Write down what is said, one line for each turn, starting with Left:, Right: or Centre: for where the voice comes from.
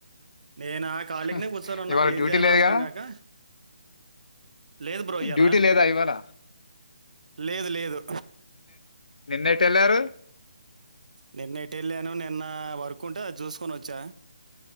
Right: నేనా కాళీకినే
Left: హ,
Right: కూర్చొనున్న
Left: ఇవాళ
Right: ఏం
Left: డ్యూటీ
Right: చేయాలో
Left: లేదుగా
Right: అర్థం కాక లేదు బ్రో ఇయ్యాలా
Left: డ్యూటీ లేదా ఇవాళ
Right: లేదు లేదు
Left: నిన్నెటెళ్ళారు
Right: నిన్నెటెళ్ళాను నిన్న వర్క్ ఉంటే అది చూసుకొని వచ్చా